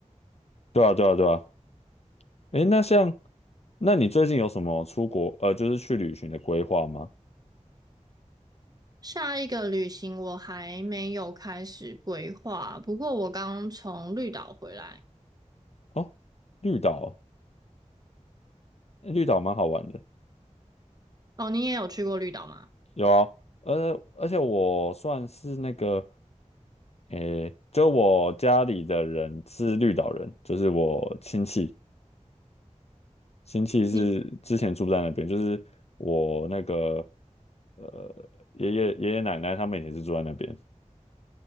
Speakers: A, on the left (about 55°); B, on the right (about 30°).
A: 对啊，对啊，对啊。诶，那像那你最近有什么出国呃，就是去旅行的规划吗？
B: 下一个旅行我还没有开始规划，不过我刚从绿岛回来。
A: 哦，绿岛，绿岛蛮好玩的。
B: 哦，你也有去过绿岛吗？
A: 有啊，而而且我算是那个，诶，就我家里的人是绿岛人，就是我亲戚，亲戚是之前住在那边，
B: 你
A: 就是我那个呃爷爷爷爷奶奶他们也是住在那边，